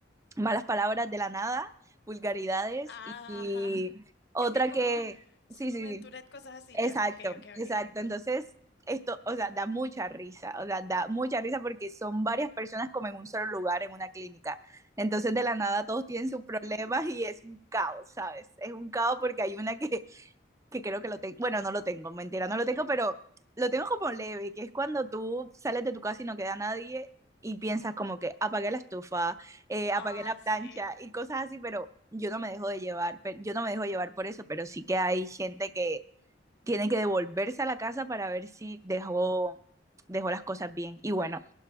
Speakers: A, on the right; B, on the left.
A: malas palabras de la nada, vulgaridades
B: ajá.
A: y, y
B: Ajá.
A: otra
B: Que tienen como
A: que,
B: síndrome
A: sí, sí,
B: de
A: sí,
B: Tourette, cosas así.
A: exacto,
B: Ya, ok, ok,
A: exacto.
B: ok.
A: Entonces, esto, o sea, da mucha risa, o sea, da mucha risa porque son varias personas como en un solo lugar, en una clínica. Entonces, de la nada, todos tienen sus problemas y es un caos, ¿sabes? Es un caos porque hay una que que creo que lo tengo, bueno, no lo tengo, mentira, no lo tengo, pero lo tengo como leve, que es cuando tú sales de tu casa y no queda nadie y piensas como que apagué la estufa, eh,
B: Ah,
A: apagué la plancha
B: sí.
A: y cosas así, pero yo no me dejo de llevar, pero yo no me dejo llevar por eso, pero sí que hay gente que tiene que devolverse a la casa para ver si dejó, dejó las cosas bien. Y bueno,